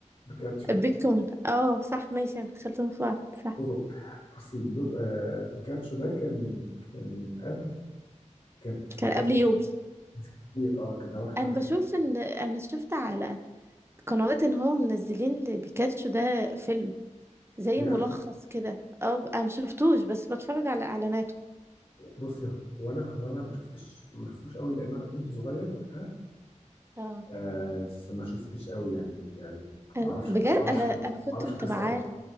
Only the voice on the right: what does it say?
البيكمون اه صح ماشي انا دخلتهم في بعض صح
كان
قبل يوجي
انا بشوف
ان انا شفت على قنوات ان هو منزلين لبيكاتشو ده فيلم زي
ملخص كده اه انا مشفتوش بس بتفرج على اعلاناته
اه
انا
بجد
انا انا
كنت
متابعاه